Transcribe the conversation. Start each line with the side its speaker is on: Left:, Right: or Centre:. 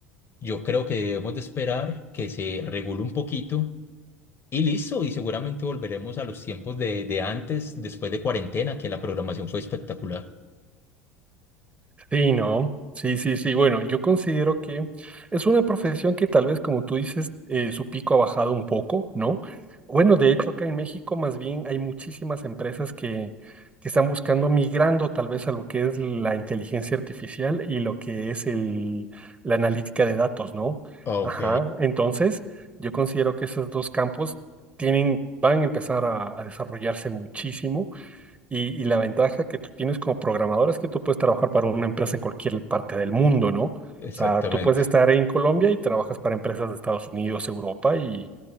Left: Yo creo que debemos de esperar que se regule un poquito y listo, y seguramente volveremos a los tiempos de, de antes, después de cuarentena, que la programación fue espectacular.
Right: Sí, no. Sí, sí, sí. Bueno, yo considero que es una profesión que tal vez, como tú dices, eh, su pico ha bajado un poco, ¿no? Bueno, de hecho, acá en México más bien hay muchísimas empresas que, que están buscando migrando tal vez a lo que es la inteligencia artificial y lo que es el, la analítica de datos, ¿no?
Left: Ah,
Right: Ajá.
Left: Ok,
Right: Entonces, yo considero que esos dos campos tienen, van a empezar a a desarrollarse muchísimo. Y, y la ventaja que tú tienes como programador es que tú puedes trabajar para una empresa en cualquier parte del mundo, ¿no? O
Left: exactamente.
Right: sea, tú puedes estar en Colombia y trabajas para empresas de Estados Unidos, Europa, y,